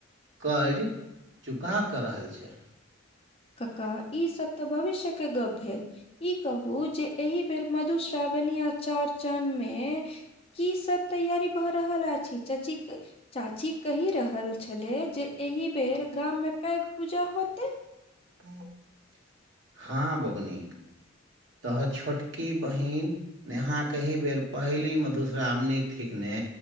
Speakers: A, on the right; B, on the left.
A: कर्ज चुका कऽ रहल छै
B: कका ई सब तऽ भविष्य के गप भेल ई कहू जे एहि बेर मधुश्र पावणी आचौर चन मे की सब तैयारी भए रहल अछि चाची चाची कहि रहल छलै जे एहि बेर गाममे पैक पूजा होतै
A: ह <unintelligible> हँ बबुनि तोहर छोटकि बहिन नेहा क एही बेर पहिली मधुश्रावनी थिक ने